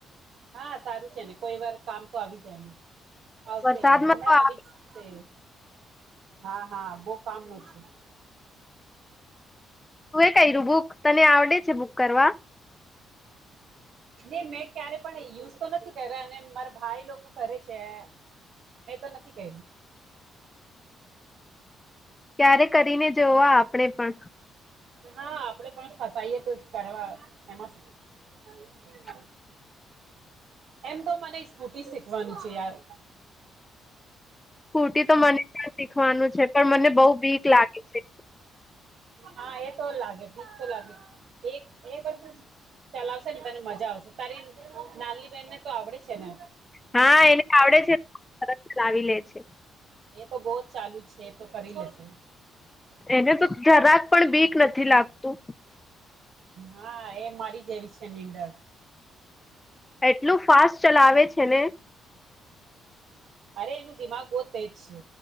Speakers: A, on the right; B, on the left.
A: હા સારું છે ને કોઈ વાર કામ તો આવી જાય ને આવશે
B: વરસાદમાં
A: વા હમણાં
B: તો
A: આવી
B: આ
A: જશે હા હા બહ કામ ન છે
B: ક્યું બુક તને આવડે છે બુક કરવા
A: નહી મેં ક્યારે પણ યુઝ તો નથી કર્યા અને મારા ભાઈ લોકો કરે છે મેં તો નથી કર્યું
B: <inaudible> ક્યારે કરીને જોવા આપણેે પણ
A: હા આપડે પણ ફસાઈએ તો કરવા એમાં
B: <inaudible>
A: એમ તો મને સ્કૂટી શીખવાનું છે યાર
B: સ્કૂટી તો મને્યા શીખવાનું છે પણ મને બહુ બીક લાગે છે
A: હા એ તો લાગે બીક તો લાગે એક એક વસ્તુ ચલાવશે ને તને મજા આવશે તારી નાની બેહેનને તો આવડે છે ને
B: હા એને આવડે છેાવી લે છે
A: એ તો બહુ જ ચાલુ જ છે એ તો કરી લેશે
B: એને તો જરાક પણ બીક નથી લાગતું
A: હા એ મારી જેવી છે નીંદર
B: એટલું ફાસ્ટ ચલાવે છે ને
A: અરે એનું દિમાગ બહુ જ તેજ છે